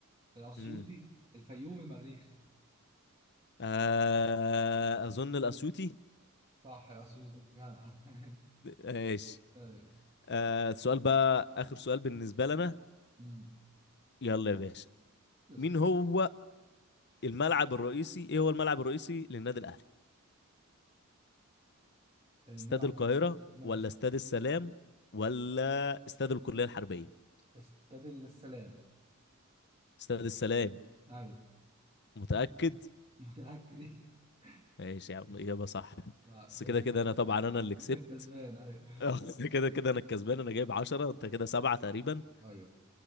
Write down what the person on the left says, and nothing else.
امم
آه... اظن الاسيوطي
ماشي
آه... سؤال بقى اخر سؤال بالنسبه لنا
يلا يا باشا
مين هو الملعب الرئيسي ايه هو الملعب الرئيسي للنادي الاهلي
استاد القاهرة
ولا استاد السلام ولا استاد الكلية الحربية
استاد السلام
متأكد
ماشي يا عم إجابة صح
بس
كده كده انا طبعا انا اللي كسبت
آه، <laughs> كده كده انا الكسبان انا جايب عشرة انت كده سبعة تقريبا